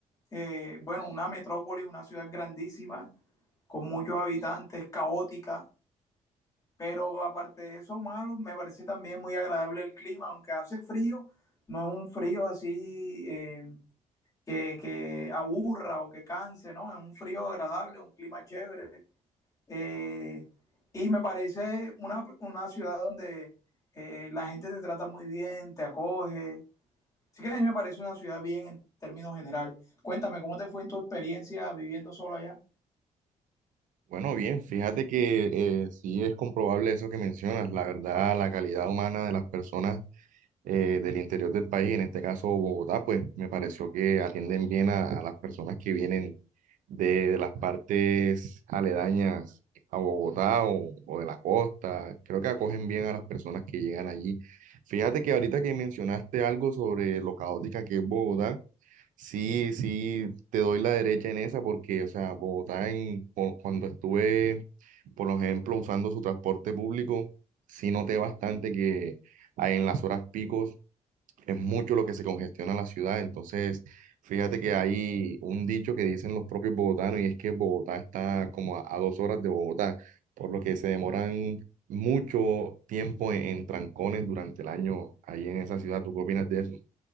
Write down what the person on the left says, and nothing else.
eh, bueno, una metrópoli, una ciudad grandísima, con muchos habitantes, caótica Pero aparte de eso, malo, me parece también muy agradable el clima, aunque hace frío, no es un frío así eh, que, que aburra o que canse, ¿no? Es un frío agradable, un clima chévere. Eh, y me parece una, una ciudad donde eh, la gente te trata muy bien, te acoge. Así que a mí me parece una ciudad bien en términos generales. Cuéntame, ¿cómo te fue en tu experiencia viviendo solo allá?